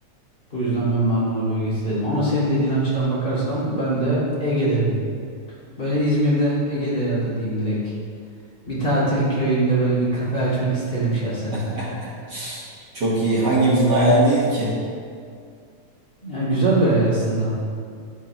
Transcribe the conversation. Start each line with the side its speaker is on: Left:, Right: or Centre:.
Left: Bu yüzden ben Marmara bölgesi dedim. Ama senin dediğin açıdan bakarsam ben de Ege derim. Böyle İzmir'de Ege'de ya da diyeyim direkt. Bir tatil köyünde böyle bir kafe açmak isterim şahsen.
Right: <laughs> Çok iyi. Hangimizin hayali değil ki?
Left: Yani güzel bir hayal aslında.